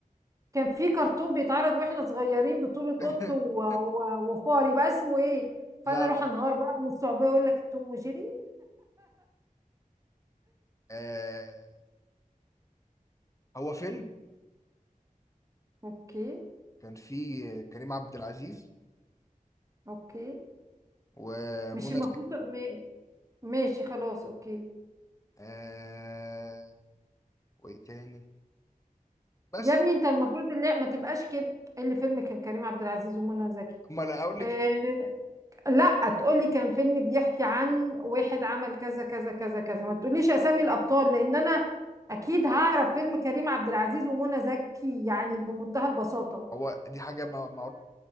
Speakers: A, on the right (about 20°); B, on the left (about 20°).
A: كان في كرتون بيتعرض واحنا صغيرين بطولة قط
B: <laughs>
A: و- و- وفار يبقى اسمه ايه
B: لا
A: فانا اروح
B: لا
A: انهار بقى من الصعوبيه اقول لك توم وجيري
B: آه هو فيلم
A: اوكي
B: كان فيه كريم عبد العزيز
A: اوكي
B: ومنى
A: مش المفروض
B: زكي
A: تق- ماشي ماشي خلاص اوكي
B: آه وايه تاني بس
A: يا ابني انت المفروض اللي ما تبقاش كده إيه اللي فيلم كان كريم عبد العزيز ومنى زكي
B: اما لا اقول
A: آه،
B: لك
A: لا تقولي كان فيلم بيحكي عن واحد عمل كذا كذا كذا كذا ما تقوليش اسامي الابطال لان انا اكيد هعرف فيلم كريم عبد العزيز ومنى زكي يعني بمنتهى البساطه
B: هو دي حاجه ما- معروفه